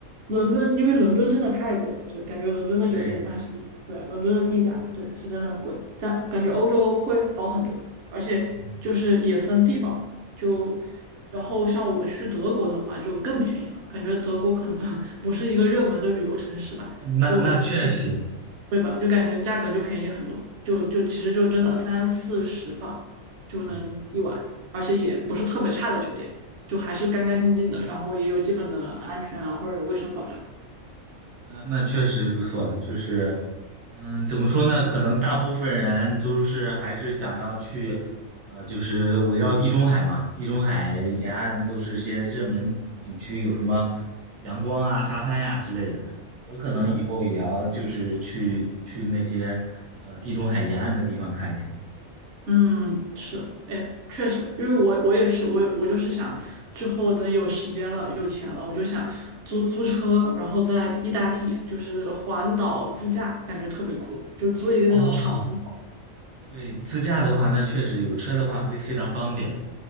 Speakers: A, on the right; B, on the right.
A: 伦敦，因为伦敦真的太贵了，就感觉伦敦的酒店那是，
B: 对，
A: 对啊，伦敦的地价，对，是真的贵，但感觉欧洲会好很多，而且就是也分地方嘛，
B: 嗯
A: 就，然后像我去德国的话就更便宜了，感觉德国可能 <laughs> 不是一个热门的旅游城市吧，
B: 那那确实，
A: 就，对吧？就感觉价格就便宜很多，就就其实就真的三四十镑就能一晚，
B: 嗯
A: 而且也不是特别差的酒店。就还是干干净净的，然后也有基本的安全啊或者卫生保障。
B: 那那确实不错。就是，嗯，怎么说呢？可能大部分人都是还是想要去，呃，就是围绕地中海嘛，地中海沿岸都是一些热门景区，有什么阳光啊、沙滩呀、之类的。我可能以后也要就是去去那些呃地中海沿岸的地方看一下。
A: 是的，嗯，是，哎，确实，因为我我也是，我有我就是想之后等有时间了、有钱了，我就想租租车，然后在意大利就是环岛自驾，感觉特别酷，就租一个那种敞篷。
B: 哦，对，自驾的话，那确实有车的话会非常方便。